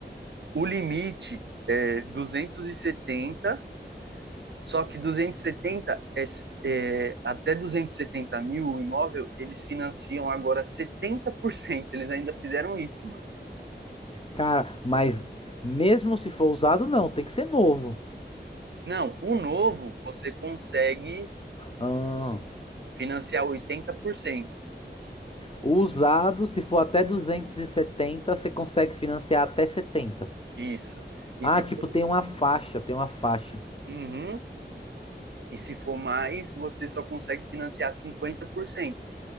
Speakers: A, on the right; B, on the left.
A: O limite é duzentos e setenta só que 270 é, é, até 270 mil o imóvel, eles financiam agora setenta por cento Eles ainda fizeram isso, mano.
B: Cara, mas mesmo se for usado, não, tem que ser novo.
A: Não, o novo você consegue
B: Ah.
A: financiar oitenta por cento
B: O Usado, se for até 270, você consegue financiar até 70.
A: Isso. E
B: Ah,
A: se
B: tipo,
A: for,
B: tem uma faixa, tem uma faixa.
A: Uhum. E se for mais, você só consegue financiar cinquenta por cento